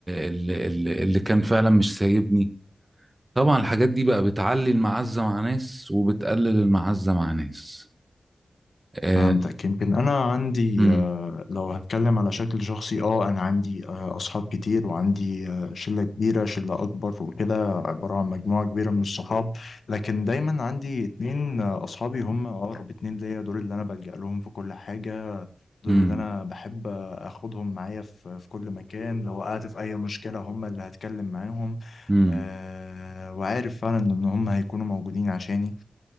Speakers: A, on the right (about 25°); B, on the left (about 80°).
A: اللي, اللي, اللي كان فعلا مش سايبني طبعا الحاجات دي بقى بتعلي المعزه مع ناس وبتقلل المعزه مع ناس آه...
B: فهمتك يمكن انا عندي
A: مم.
B: آه، لو هتكلم على شكل شخصي اه انا عندي آه، اصحاب كتير وعندي آه، شله كبيره شله اكبر وكده عباره عن مجموعه كبيره من الصحاب لكن دايما عندي اتنين آه، اصحابي هم اقرب اتنين ليا دول اللي انا بلجأ لهم في كل حاجه دول
A: مم.
B: اللي انا بحب آه، اخدهم معايا في في كل مكان لو وقعت في اي مشكله هم اللي هتكلم معاهم
A: مم.
B: آه، وعارف فعلا ان هم هيكونوا موجودين عشاني